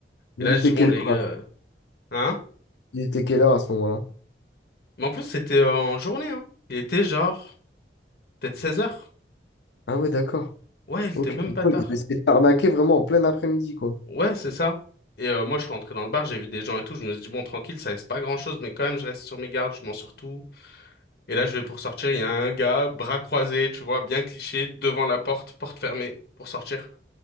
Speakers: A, on the left; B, on the left.
A: Mais
B: Et là,
A: Il était
B: je dis, bon,
A: quelle
B: les gars,
A: heure,
B: euh,
A: là
B: hein?
A: Il était quelle heure à ce moment-là?
B: Mais en plus, c'était en journée, hein. Il était genre, peut-être 16 heures.
A: Ah ouais, d'accord.
B: Ouais, il
A: Ok.
B: était même pas
A: Ouais,
B: tard.
A: Ils ont essayé de t'arnaquer vraiment en plein après-midi, quoi.
B: Ouais, c'est ça. Et euh, moi, je suis rentré dans le bar, j'ai vu des gens et tout, je me suis dit, bon, tranquille, ça reste pas grand-chose, mais quand même, je reste sur mes gardes, je m'en sur tout. Et là, je vais pour sortir, il y a un gars, bras croisés, tu vois, bien cliché, devant la porte, porte fermée, pour sortir.